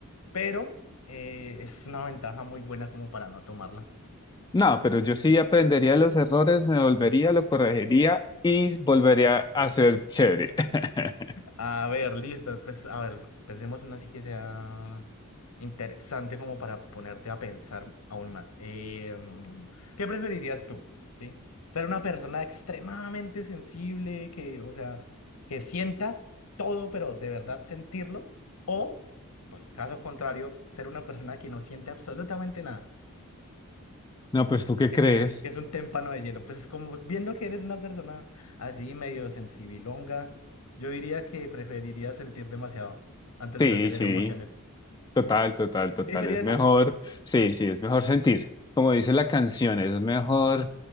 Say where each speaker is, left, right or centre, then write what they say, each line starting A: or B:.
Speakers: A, on the left; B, on the left.
A: pero eh, es una ventaja muy buena como para no tomarla.
B: No, pero yo sí aprendería los errores, me volvería, lo corregiría y volvería a ser chévere. <laughs>
A: A ver, listo. Pues, a ver, pensemos una así que sea interesante como para ponerte a pensar aún más. Eh, mm, ¿qué preferirías tú? ¿Sí? Ser una persona extremadamente sensible, que, o sea, que sienta todo, pero de verdad sentirlo, o, pues, caso contrario, ser una persona que no siente absolutamente nada
B: No, pues ¿tú qué
A: que
B: crees?
A: que es un témpano de hielo. Pues es como pues, viendo que eres una persona así medio sensibilonga, yo diría que preferiría sentir demasiado antes
B: Sí,
A: de no tener
B: sí.
A: emociones.
B: Total, total, total.
A: ¿Sí sería
B: Es
A: esa?
B: mejor, sí, sí, es mejor sentir. Como dice la canción, es mejor